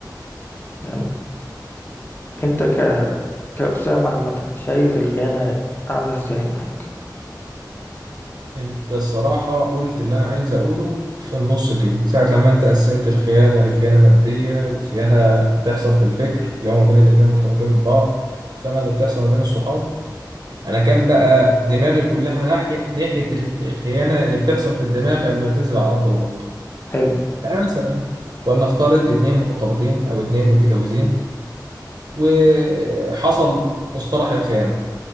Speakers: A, on the left; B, on the right.
A: تمام انت ك... كأسامة عامة شايف الخيانة عاملة ازاي معاك
B: انت الصراحة قلت اللي انا عايز اقوله في النص كده ساعة لما انت قسمت الخيانة لخيانة مادية وخيانة بتحصل في الفكر اللي هما بين الاتنين مرتبطين ببعض والخيانة اللي بتحصل ما بين الصحاب انا كان بقى دماغي كلها ناحية ناحية ال- الخيانة اللي بتحصل في الدماغ قبل ما تنزل على ارض الواقع
A: حلو
B: يعني مثلا ولنفترض اتنين مرتبطين او اتنين متجوزين وحصل مصطلح الخيانة